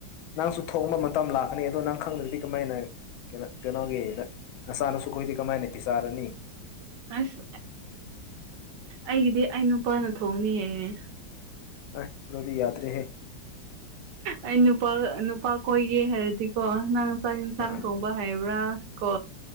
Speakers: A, on the left; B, on the right.
A: ꯅꯪꯁꯨ ꯊꯣꯡꯕ ꯃꯇꯝ ꯂꯥꯛꯀꯅꯤ ꯑꯗꯣ ꯅꯪ ꯈꯪꯗ꯭ꯔꯗꯤ ꯀꯃꯥꯏꯅ ꯀ ꯀꯩꯅꯣꯒꯤ ꯅꯁꯥꯅꯁꯨ ꯈꯣꯏꯗꯤ ꯀꯃꯥꯏꯅ ꯄꯤꯤꯁꯥꯔꯅꯤ
B: ꯑꯁ ꯑꯩꯒꯤꯗꯤ ꯑꯩ ꯅꯨꯄꯥꯅ ꯊꯣꯡꯅꯤꯍꯦꯉꯦ
A: ꯑ ꯂꯗꯤ ꯌꯥꯗ ꯔꯦ
B: ꯑꯩ ꯅꯨꯄꯥ ꯅꯨꯄꯥ ꯀꯣꯏꯒꯦ ꯍꯥꯏꯔꯗꯤꯀꯣ ꯅꯪ ꯆꯥꯛ ꯌꯦꯟꯁꯥꯡ
A: ꯑꯥ
B: ꯊꯣꯡꯕ ꯍꯥꯏꯌꯦꯕ ꯍꯥꯏꯕ꯭ꯔꯥ ꯀꯣ